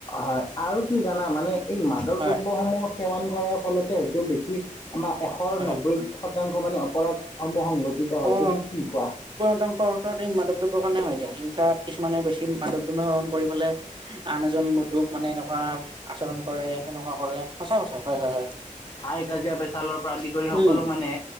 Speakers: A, on the left; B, on the right.
A: হয় আৰু কি জানা মানে এই মাদক
B: হয়
A: দ্ৰব্যসমূহ সেৱান কৰাৰ ফলতে হয়তো বেছি আমাৰ এশ
B: হয়
A: নব্বৈ শতাংশ মানে অপৰাধসমূহ হয়
B: অ
A: তুমি কি কোৱা?
B: তাংশ অৰ্ এই মাদৱদ্ৰবৰ কাৰণে হয় দিয়া হিংসাত কিছুমানে বেছি মাদৱদ্ৰব সেৱন কৰি পেলাই আন এজন বন্ধুক মানে এনেকুৱা আচৰণ কৰে তেনেকুৱা কৰে সচা কথা হয় হয় হয়।
A: হাই কাজিয়া পেচালৰ পৰা আদি কৰি সকলো
B: উম
A: মানে